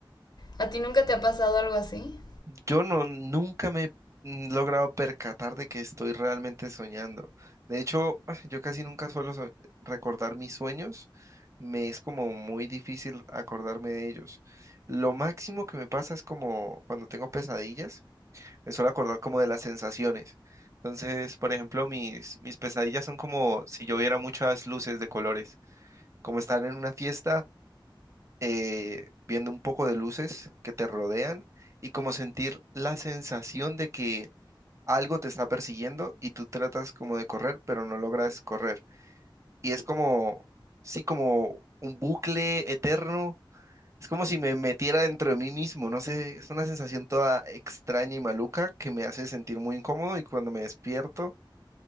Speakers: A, on the left; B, on the right.
A: ¿A ti nunca te ha pasado algo así?
B: Yo no, nunca me he mm, logrado percatar de que estoy realmente soñando. De hecho, <sighs> <laughs> yo casi nunca suelo so- recordar mis sueños. Me es como muy difícil acordarme de ellos. Lo máximo que me pasa es como cuando tengo pesadillas. es solo acordar como de las sensaciones. Entonces, por ejemplo, mis, mis pesadillas son como si yo viera muchas luces de colores, como estar en una fiesta eh, viendo un poco de luces que te rodean y como sentir la sensación de que algo te está persiguiendo y tú tratas como de correr, pero no logras correr. Y es como, sí, como un bucle eterno es como si me metiera dentro de mí mismo, no sé, es una sensación toda extraña y maluca que me hace sentir muy incómodo y cuando me despierto